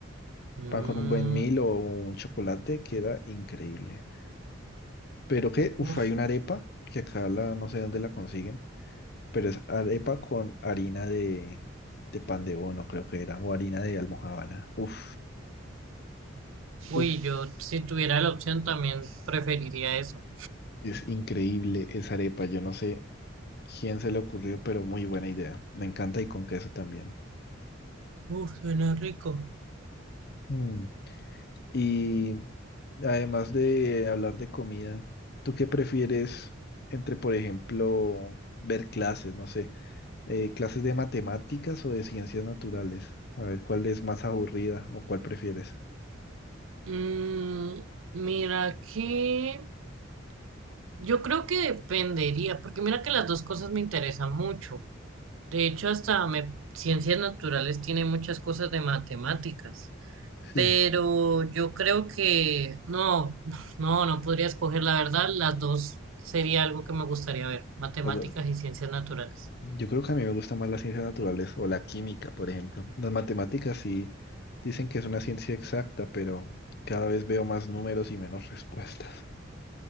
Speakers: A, on the right; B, on the left.
A: Mm,
B: Pan con un buen mil o un chocolate queda increíble. Pero que, uff,
A: uf.
B: hay una arepa que acá la, no sé dónde la consiguen, pero es arepa con harina de, de pan de bono, creo que era, o harina de almojábana. Uff,
A: Uy,
B: uff,
A: yo si tuviera la opción también preferiría eso.
B: es increíble esa arepa. Yo no sé. quién se le ocurrió, pero muy buena idea. Me encanta y con queso también.
A: Uf, suena rico.
B: Mm. Y además de hablar de comida, ¿tú qué prefieres entre, por ejemplo, ver clases, no sé, eh, clases de matemáticas o de ciencias naturales? A ver, ¿cuál es más aburrida o cuál prefieres?
A: Mm, mira que yo creo que dependería, porque mira que las dos cosas me interesan mucho. De hecho, hasta me- ciencias naturales tiene muchas cosas de matemáticas,
B: Sí.
A: pero yo creo que no, <laughs> no, no podría escoger la verdad. Las dos sería algo que me gustaría ver, matemáticas
B: Bueno,
A: y ciencias naturales.
B: Yo creo que a mí me gusta más las ciencias naturales o la química, por ejemplo. Las matemáticas sí dicen que es una ciencia exacta, pero cada vez veo más números y menos respuestas.